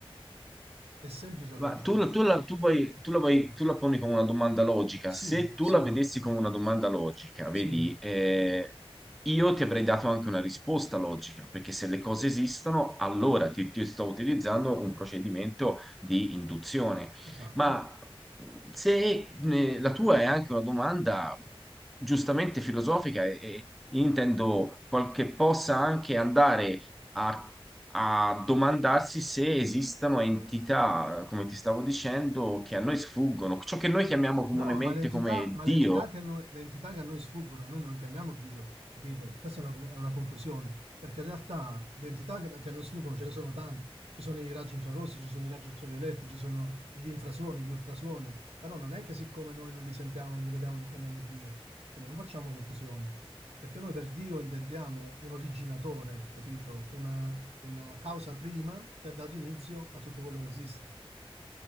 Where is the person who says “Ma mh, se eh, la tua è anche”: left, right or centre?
Centre